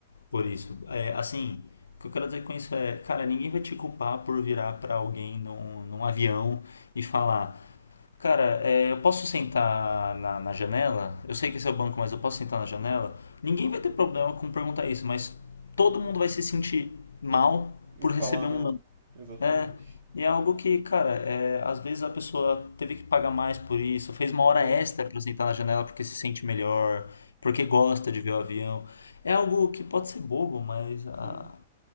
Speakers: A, on the left; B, on the right.
A: por isso. É, assim, o que eu quero dizer com isso é, cara, ninguém vai te culpar por virar para alguém num, num avião e falar, Cara, é, eu posso sentar na, na janela? Eu sei que esse é o banco, mas eu posso sentar na janela? Ninguém vai ter problema com perguntar isso, mas todo mundo vai se sentir mal
B: em
A: por
B: falar
A: receber
B: não,
A: um não.
B: exatamente.
A: É, e é algo que, cara, é, às vezes a pessoa teve que pagar mais por isso, fez uma hora
B: É,
A: extra pra sentar na janela porque se sente melhor, porque gosta de ver o avião. É algo que pode ser bobo, mas a
B: sim.